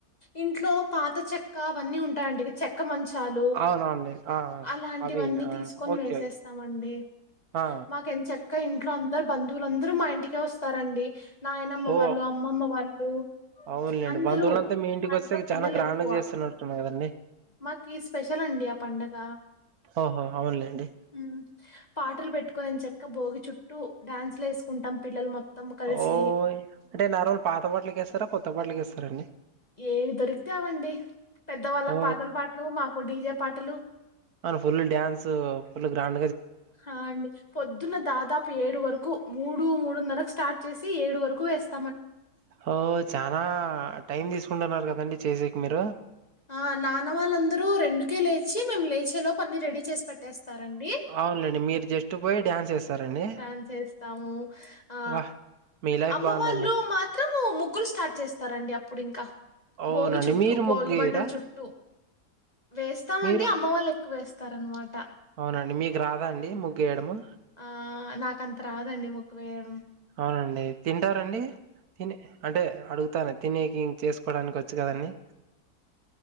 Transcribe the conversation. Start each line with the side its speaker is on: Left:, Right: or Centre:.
Left: ఇంట్లో పాత చెక్క అవన్నీ ఉంటాయండి చెక్క మంచ్ తాలు
Right: అవునవునండి ఆ ఆ!
Left: అలాంటివన్నీ
Right: అవినా ఆ!
Left: తీసుకొని
Right: ఓకే
Left: వేసేస్తామండి
Right: ఓకే ఆ
Left: మాకు ఎం చెక్క ఇంట్లో అందరు బంధువులందరూ మా ఇంటికే వస్తారండి నాయనమ్మ
Right: ఓ
Left: వాళ్ళు అమ్మమ్మ వాళ్ళు
Right: అవునులేండి
Left: అందరూ
Right: బంధువులంతా మీ ఇంటికి
Left: మా
Right: వస్తే
Left: ఇంట్లో పిల్లలు
Right: చాలా గ్రాండ్
Left: ఎక్కువ
Right: గా చేస్తున్నట్టున్నారు కదండి
Left: మాకు స్పెషల్ అండి ఆ పండగ
Right: ఓహో అవునులేండి
Left: ఉమ్ పాటలు పెట్టుకుని ఎం చెక్క భోగి చుట్టూ డ్యాన్సులు వేసుకుంటాం పిల్లలు మొత్తం కలిసి
Right: ఓ్ అంటే నార్మలు పాత పాట్లకేస్తారా కొత్త పాట్లకేస్తారండి
Left: ఏవి దొరికితే అవండి పెద్దవాళ్ళకి
Right: ఓ
Left: పాతల పాటలు మాకు డీజే పాటలు
Right: ఫుల్ డ్యాన్స్ ఫుల్ గ్రాం
Left: ఆ అండి పొద్దున్న దాదాపు ఏడు వరకు మూడు మూడున్నరకు స్టార్ట్ చేసి ఏడు వరకు వేస్తా
Right: ఓ చనా టైం తీసుకుంటున్నారు కదండి చేసేకి మీరు
Left: ఆ నాన్న వాళ్ళందరూ రెండుకే లేచి మేము లేచే లోపు అన్ని రెడీ చేసి పెట్టేస్తారండి.
Right: అవున్లెండి మీరు జస్ట్ పోయి డ్యాన్స్ ఏస్తారండి
Left: డ్యాన్స్ చేస్తాము ఆ
Right: వా మీ లైఫ్
Left: అమ్మ
Right: బాగుందండి
Left: వాళ్ళు మాత్రము ముగ్గులు స్టార్ట్ చేస్తారండి అప్పుడు ఇంకా
Right: అవునండి
Left: భోగి చుట్టూ
Right: మీరు
Left: భోగి
Right: ముగ్గేయరా
Left: మంటల చుట్టూ వేస్తామండి
Right: మీరు
Left: అమ్మ వాళ్ళు ఎక్కువ వేస్తా స్తారు రనమాట
Right: అవునండి మీకు రాదా అండి ముగ్గేయడము
Left: ఆ నాకంత రాదండి ముగ్గు వేయడం
Right: అవునండి తింటారండి తిని అంటే అడుగుతాన తినేకి ఇం చేసుకోవడానికి వచ్చు కదండి